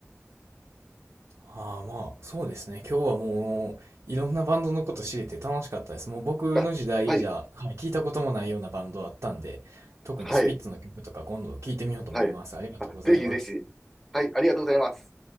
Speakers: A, on the right; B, in the centre.
A: ああ、まあ、そうですね。今日はもう、いろんなバンドのこと知れて楽しかったです。もう僕の時代じゃ、
B: あ、はい、
A: はい聞いたこともないようなバンドだったんで、特にスピッツの曲とか今度聞いてみようと思います。
B: はい、はい。
A: ありがとうございます。
B: あ、ぜひぜひ。はい、ありがとうございます。